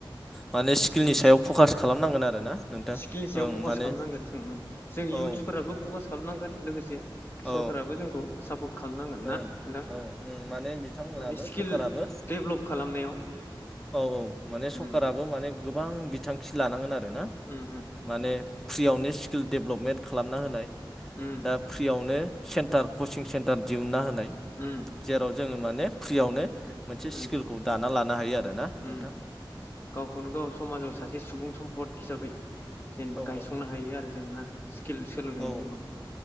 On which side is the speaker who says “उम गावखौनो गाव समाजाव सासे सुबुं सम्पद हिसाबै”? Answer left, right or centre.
Left